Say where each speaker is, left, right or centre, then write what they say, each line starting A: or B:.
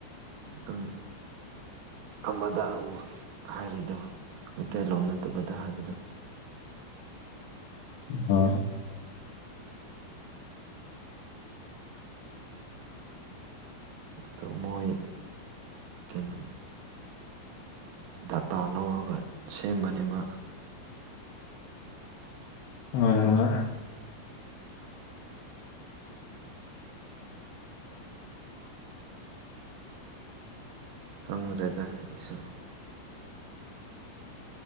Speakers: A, on the right; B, on the left.
A: ꯅꯇꯪ ꯑꯃꯗ ꯑꯃꯨꯛ ꯍꯥꯏꯔꯤꯗꯣ ꯃꯩꯇꯩꯂꯣꯟ ꯅꯠꯇꯕꯗ ꯍꯥꯏꯕꯗꯣ
B: ꯍ
A: ꯑꯗꯨꯣ ꯃꯣꯏ ꯀꯩꯅꯣ ꯗꯗꯥꯇꯥ ꯂꯧꯔꯒ ꯁꯦꯝꯕꯅꯦꯕ
B: ꯍꯣꯏ ꯍꯣꯏ
A: ꯈꯪꯗ꯭ꯔꯦꯗ ꯑꯩꯁꯨ